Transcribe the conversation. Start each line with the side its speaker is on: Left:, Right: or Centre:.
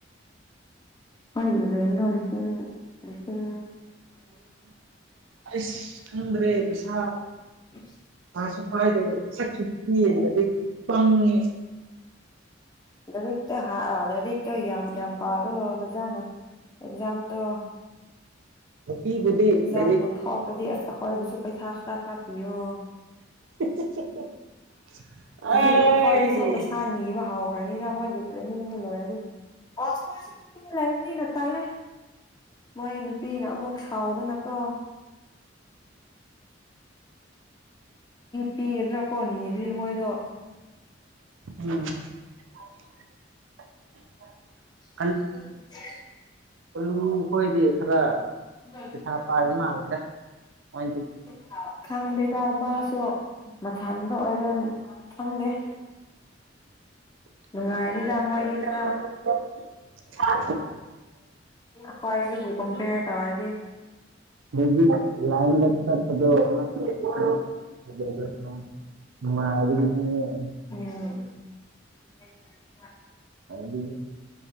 Left: ꯍꯣꯏ ꯏꯕꯅꯣ ꯎꯂꯤꯁꯤꯟ ꯎꯁꯤꯟ
Right: ꯁ꯭ꯔꯦ ꯄꯁ
Left: ꯎ
Right: ꯀꯁꯨ ꯀꯥꯏꯗꯦ ꯁꯛꯁꯨ ꯀꯤꯕꯗ ꯀꯩ ꯐꯪꯉꯦ
Left: ꯛꯇ ꯍꯥ ꯣ ꯌꯥꯝ ꯌꯥꯝ ꯄꯥꯔꯣ ꯐꯖꯥꯅ ꯑꯦꯛꯖꯥꯝꯗꯣ
Right: ꯅꯨꯄꯤꯕꯨꯗꯤ
Left: ꯑꯦꯛꯖꯥ
Right: ꯂꯥꯏꯔꯤꯛ
Left: ꯊꯣꯛꯍ ꯑꯗꯨ ꯍꯕꯨ ꯄꯩꯁꯥ ꯈꯔ ꯈꯔ ꯄꯌ
Right: <unintelligible> ꯑꯩ
Left: ꯖꯂꯣ ꯍꯣꯏꯗꯁꯨ ꯄꯩꯁꯥꯅꯤ ꯋꯥꯍ ꯭ꯔꯅꯤꯗꯝꯕ ꯑꯣꯏꯒꯦꯗ꯭ꯔꯦ ꯃ ꯂꯣ ꯍꯥꯏꯅꯤꯅ ꯇꯂꯦ ꯃꯣꯏ ꯅꯨꯄꯤꯅ ꯑꯃꯨꯛ ꯁꯥꯎꯗꯅꯀꯣ ꯄꯤꯒꯗ꯭ꯔꯥ ꯀꯣ ꯅꯤ ꯑꯗꯨꯗꯤ ꯃꯣꯏꯗꯣ
Right: ꯎꯝ
Left: ꯀ
Right: <unintelligible>
Left: <unintelligible> ꯍꯦ
Right: ꯑꯂꯨ ꯈꯣꯏꯗꯤ ꯈꯔ
Left: ꯆ
Right: ꯄꯩꯁꯥ ꯄꯥꯏꯕ ꯃꯥꯜꯂꯦꯗ ꯃꯣꯏꯗꯤ
Left: ꯊꯥꯎ ꯈꯪꯗꯦꯗ ꯃꯥꯁꯨ ꯃꯊꯟꯗ ꯑꯣꯏꯔꯦ ꯈꯪꯗꯦ
Right: <unintelligible>
Left: ꯅꯨꯡꯉꯥꯏꯅꯤꯗ ꯃꯣꯏꯗꯤ
Right: ꯥꯏꯔꯤ ꯌꯥꯝꯃꯗꯤ
Left: ꯈꯔ
Right: ꯏꯣ ꯍ
Left: ꯑꯩꯈꯣꯏꯗꯒꯤ ꯀꯝꯄꯦꯌꯔ ꯇꯧꯔꯗꯤ
Right: ꯃ ꯗ
Left: ꯎꯝ
Right: <unintelligible>
Left: ꯎꯝ <inaudible>
Right: ꯗꯤ